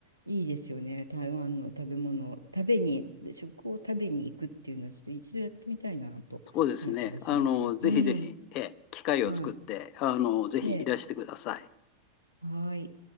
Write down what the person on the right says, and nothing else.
いいですよね。台湾の食べ物、食べに、食を食べに行くっていうのは、ちょっと一度やってみたいなという気がします。
うん。
はい。
で、はい。